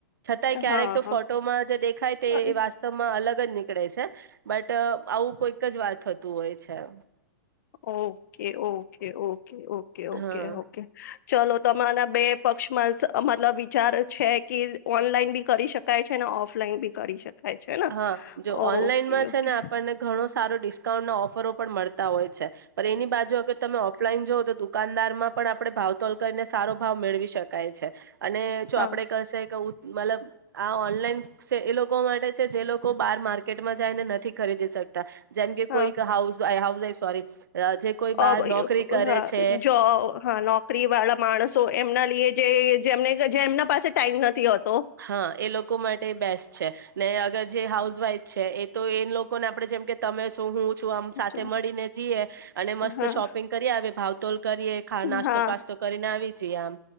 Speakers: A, on the right; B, on the left.
A: છતાંય ક્યારેક
B: હા
A: તો
B: હા
A: ફોટોમાં જે દેખાય
B: હા
A: તે વાસ્તવમાં અલગ બનીકડે છે. બટ આવું કોઈક જ વાત થતું હોય છે એમ.
B: Okay okay okay okay okay
A: હા
B: ઓકે ચલો તમારારા બે પક્ષમાં મતલબ વિચાર છે કે ઓનલાઈન બી કરી શકાય છે ને ઓફ ઓફલાઈન બી કરી શકાય. છે ને
A: હા જો
B: ઓકે
A: ઓનલાઈનમાં
B: ઓકે
A: છે ને આપણને ઘણો સારો ડિસ્કાઉન્ટ ના ઓફરો પણ મળતા હોય છે. પણ એની બાજુ અગર તમે ઓફલાઈન જોવઓ તો દુકાનદાર માં પણ આપડે ભાવતોલ કરીને સારો ભાવ મેળવી શકાય છે. અને જો
B: હા
A: આપડે કહેશે કે મતલબ આ ઓનલાઈન છે એ લોકો માટે જે લોકો બાર માર્કેટમાં જાય ને નથી ખરીદી શકતા જેમ કે
B: હા
A: કોઈ હાઉ હાઉ સોરી જે કોઈ બહાર
B: અ બ
A: નોકરી કરે
B: હા
A: છે
B: જોબ હા નોકરી વાળા માણસો એમના લીએ જે જેમને જે એમના પાસે ટાઈમ નથી હોતો.
A: હા એ લોકો માટે બેસ્ટ છે ને અગર જે હાઉસ વાઇફ છે એ તો એ લોકોને આપણે જેમ કે તમે છો હું હું છું આમ સાથે
B: જો,
A: મળીને જઈએ અને મસ્ત
B: હા
A: શોપિંગ કરી આવે ભાવ કરીએ ખ નાસ્તો
B: હા
A: પાસ્તો કરીને આવી જિયામ.